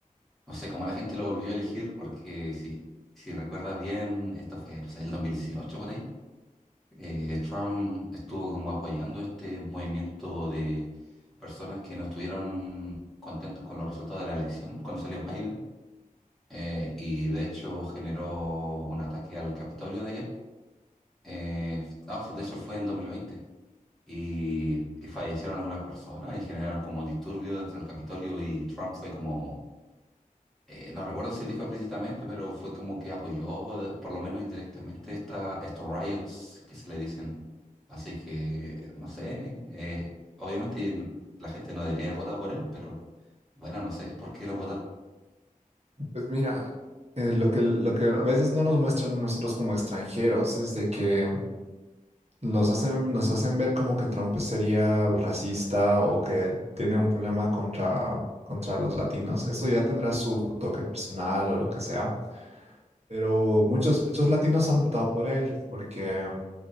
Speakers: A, in the centre; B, on the right.
A: no sé cómo la gente lo volvió a elegir porque si, si recuerdas bien, esto fue, no sé, el 2018 por ahí. eh, Trump estuvo como apoyando este movimiento de personas que no estuvieron contentos con los resultados de la elección cuando salió Biden. eh, y de hecho generó un ataque al Capitolio de allá. Eh, no, fue- de hecho fue en 2020 y, y fallecieron algunas personas y generaron como disturbios dentro del Capitolio y Trump fue como, eh, no recuerdo si dijo explícitamente, pero fue como que apoyó, de- por lo menos indirectamente, esta, estos riots que se le dicen. Así que, no sé, eh, obviamente n- la gente no debería haber votado por él, pero bueno, no sé por qué lo votaron.
B: Pues mira, eh, lo que, lo que a veces no nos muestran a nosotros como extranjeros es de que los hacen, nos hacen ver como que Trump sería racista o que tiene un problema contra, contra los latinos. Eso ya tendrá su toque personal o lo que sea. Pero muchos, muchos latinos han votado por él porque